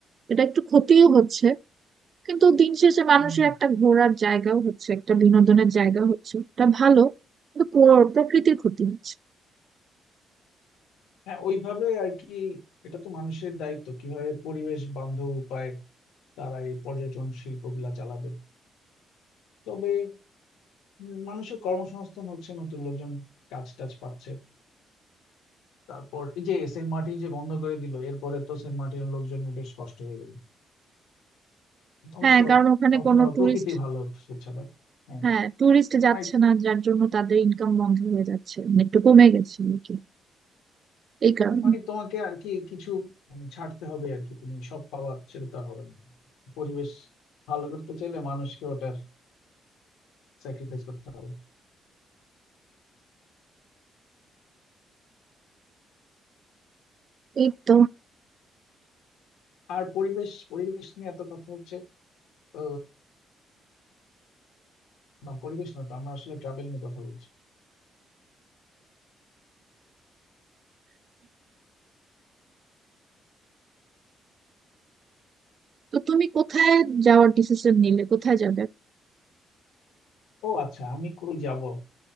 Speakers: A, on the right; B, on the left.
A: এটা একটু ক্ষতিও হচ্ছে কিন্তু দিন শেষে মানুষের
B: হুম,
A: একটা ঘোরার জায়গাও হচ্ছে একটা বিনোদনের জায়গা হচ্ছে এটা ভালো কিন্তু প্র- প্রকৃতির ক্ষতি হচ্ছে
B: হ্যাঁ ওইভাবে আর কি এটা তো মানুষের দায়িত্ব কিভাবে পরিবেশ বান্ধব উপায় তারা এই পর্যটন শিল্পগুলা চালাবে তবে উম, মানুষের কর্মসংস্থান হচ্ছে নতুন লোকজন কাজ টাজ পাচ্ছে তারপর এই যে সেন্ট মার্টিন যে বন্ধ করে দিল এরপরে তো সেন্ট মার্টিনের লোকজনের বেশ কষ্ট হয়ে গেল অবশ্য
A: হ্যাঁ কারণ ওখানে
B: ওখানে
A: কোনো
B: আবার
A: টুরিস্ট
B: প্রকৃতি ভালো স্বেচ্ছাদার হ্যাঁ
A: হ্যাঁ টুরিস্ট যাচ্ছে
B: মানে
A: না যার জন্য তাদের ইনকাম বন্ধ হয়ে যাচ্ছে মানে একটু কমে গেছে আর কি এই কারণে
B: মানে তোমাকে আর কি কিছু মানে ছাড়তে হবে আর কি তুমি সব পাওয়া সেটা তো আর হবে না পরিবেশ ভালো করতে চাইলে মানুষকে ওটার স্যাক্রিফাইস করতে হবে
A: এই তো
B: আর পরিবেশ পরিবেশ নিয়ে এত কথা হচ্ছে তো না পরিবেশ না তো আমরা আসলে ট্রাভেল নিয়ে কথা বলছি
A: তো তুমি কোথায় যাওয়ার ডিসিশন নিলে কোথায় যাবে
B: ও আচ্ছা আমি কই যাব